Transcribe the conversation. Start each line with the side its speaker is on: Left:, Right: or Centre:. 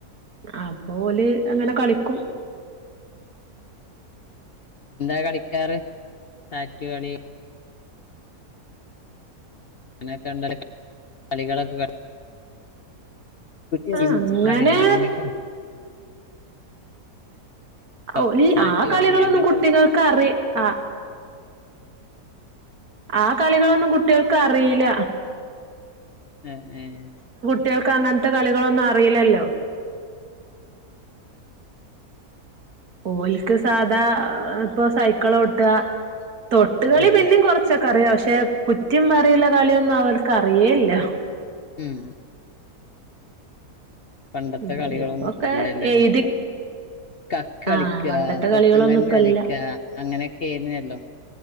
Right: അപ്പോല് അങ്ങനെ കളിക്കും
Left: എന്താ കളിക്കാറ് സാറ്റ് കളിയോ അനെ കണ്ടല് കളികളൊക്കെ ക <unintelligible>
Right: ആഹ് അങ്ങനെ
Left: പറയാ അങ്ങനെയൊക്കെ ഉണ്ടോ
Right: ഓ ഇ
Left: സാറ്റ്
Right: ആ കളികളൊന്നും
Left: കളി അങ്ങനത്തെ
Right: കുട്ടികൾക്ക് അറി ആ ആ കളികളൊന്നും കുട്ടികൾക്ക് അറിയില
Left: ഏഹ് ഏഹ്
Right: കുട്ടികൾക്ക് അങ്ങനത്തെ കളികളൊന്നും അറിയില്ലല്ലോ ഓയിൽക്ക് സാധാ ഏഹ് ഇപ്പൊ സൈക്കിളോട്ടാ തൊട്ടുകളി
Left: ഉം
Right: പിന്നെയും കുറച്ചൊക്കെ അറിയാ പക്ഷേ പക്ഷെ കുറ്റി പറയുള്ള കളിയൊന്നും അവർക്ക് അറിയേയില്ല
Left: ഉം പണ്ടത്തെ
Right: ഉം
Left: കളികളൊന്നും
Right: ഇപ്പൊക്കെ
Left: ഇപ്പല്ലല്ലോ
Right: എഴുതി
Left: കക്ക്‌ കളിക്ക
Right: ആഹ് പണ്ടത്തെ
Left: കൊത്തങ്കല്ല്
Right: കളികളൊന്നും ഇപ്പല്ല
Left: കളിക്ക അങ്ങനെയൊക്കെ ആയിന്നല്ലോ